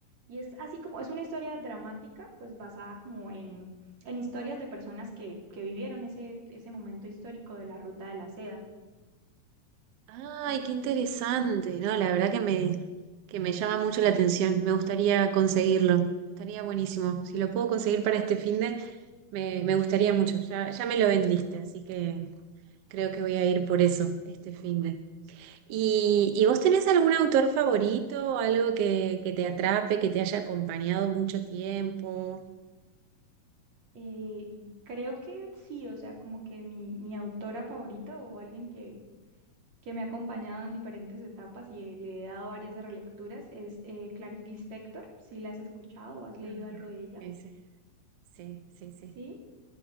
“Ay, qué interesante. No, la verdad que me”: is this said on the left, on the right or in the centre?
Right